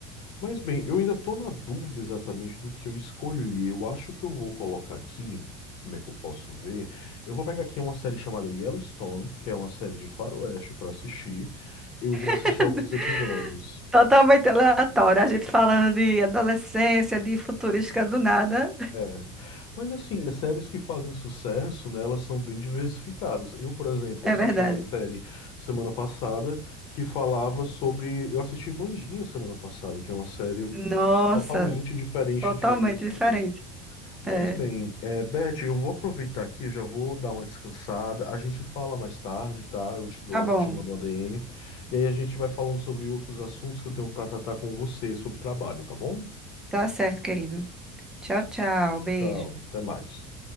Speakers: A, on the left; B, in the centre.
A: Mas bem, eu ainda estou na dúvida exatamente do que eu escolhi. Eu acho que eu vou colocar aqui, como é que eu posso ver? Eu vou pegar aqui uma série chamada Yellowstone, que é uma série de faroeste para assistir. Eu já assisti
B: <laughs>
A: alguns episódios.
B: Totalmente aleatório. A gente falando de adolescência, de futurística do nada.
A: É. Mas assim, as séries que fazem sucesso, né, elas são bem diversificadas. Eu, por exemplo,
B: É
A: assisti
B: verdade.
A: uma série semana passada que falava sobre. Eu assisti Vandinha semana passada, que é uma série
B: Nossa,
A: totalmente diferente
B: totalmente
A: de Yellowstone.
B: diferente.
A: Mas
B: É.
A: bem, é, Beth, eu vou aproveitar aqui, eu já vou dar uma descansada. A gente fala mais tarde, tá? Eu te dou,
B: Tá bom.
A: eu te mando uma DM. E aí a gente vai falando sobre outros assuntos que eu tenho para tratar com você sobre trabalho, tá bom?
B: Tá certo, querido. Tchau, tchau. Beijo.
A: Tchau, até mais.